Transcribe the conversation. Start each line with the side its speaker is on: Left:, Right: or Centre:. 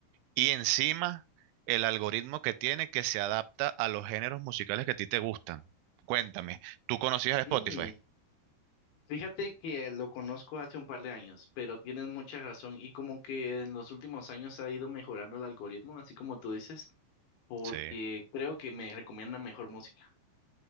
Right: y encima el algoritmo que tiene que se adapta a los géneros musicales que a ti te gustan. Cuéntame, ¿tú conocías Spotify?
Left: sí. Fíjate que lo conozco hace un par de años, pero tienes mucha razón y como que en los últimos años ha ido mejorando el algoritmo, así como tú dices, porque
Right: Sí.
Left: creo que me recomienda mejor música.